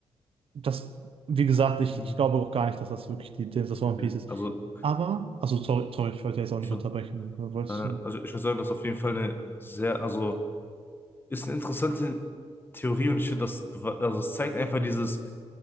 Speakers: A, on the right; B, on the left.
A: das, wie gesagt, ich,
B: hm,
A: ich glaube auch gar nicht, dass das wirklich die, die- das One
B: ja.
A: Piece ist.
B: Also,
A: Aber, also sorry, sorry, ich wollte jetzt auch
B: so,
A: nicht unterbrechen. Wolltest
B: äh,
A: du?
B: also ich würde sagen, das ist auf jeden Fall eine sehr, also ist eine interessante Theorie und ich finde, das, bewa- also es zeigt einfach dieses,